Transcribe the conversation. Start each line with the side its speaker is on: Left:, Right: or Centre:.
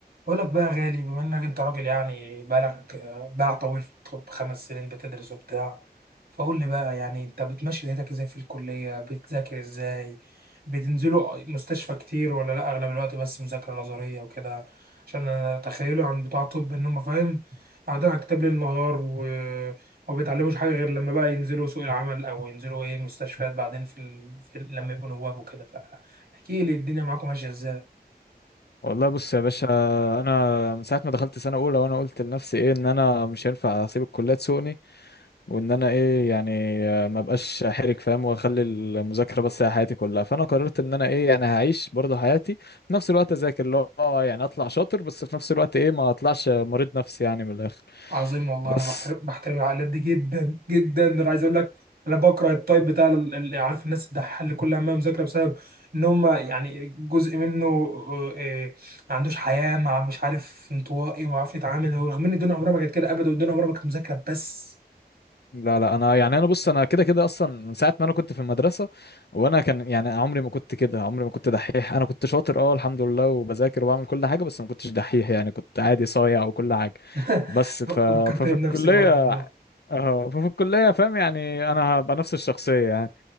Right: بقول لك بقى يا غالي بما انك انت راجل يعني بقالك آه، باع طويل في الطب خمس سنين بتدرس وبتاع فقول لي بقى يعني انت بتمشي ليلتك ازاي في الكلية بتذاكر ازاي بتنزلوا مستشفى كتير ولا لا اغلب الوقت بس مذاكرة نظرية وكده عشان انا تخيله عن بتوع طب ان هم فاهم قاعدين على الكتاب ليل نهار و... وما بيتعلموش حاجة غير لما بقى ينزلوا سوق العمل او ينزلوا ايه مستشفيات بعدين في, ال... في ال... لما يبقوا نواب وكده فاحكي لي الدنيا معاكم ماشية ازاي
Left: والله بص يا باشا انا من ساعه ما دخلت سنه اولى وانا قلت لنفسي ايه ان انا مش هينفع اسيب الكليه تسوقني وان انا ايه يعني آه، ما بقاش حرك فاهم واخلي المذاكره بس هي حياتي كلها فانا قررت ان انا ايه يعني هعيش برضه حياتي في نفس الوقت اذاكر اللي هو اه يعني اطلع شاطر بس في نفس الوقت ايه ما اطلعش مريض نفسي يعني من الاخر
Right: عظيم والله
Left: بس
Right: انا بحترم بحترم العائلات دي جدا جدا انا عايز اقول لك انا بكره التايب بتاع ال- اللي عارف الناس الدحيحه اللي كل همها مذاكره بسبب ان هم يعني جزء منه آه، آه، ما عندوش حياه مع مش عارف انطوائي وما عارف يتعامل رغم ان الدنيا عمرها ما كانت كده ابدا والدنيا عمرها ما كانت مذاكره بس
Left: لا لا انا يعني انا بص انا كده كده اصلا من ساعه ما انا كنت في المدرسه وانا كان يعني عمري ما كنت كده عمري ما كنت دحيح انا كنت شاطر اه الحمد لله وبذاكر وبعمل كل حاجه بس ما كنتش دحيح يعني كنت عادي صايع وكل حاجه
Right: <laughs>
Left: بس ف...
Right: فكرتني
Left: ففي
Right: بنفسي
Left: الكليه
Right: برضه والله
Left: اه ففي الكليه فاهم يعني انا هبقى نفس الشخصيه يعني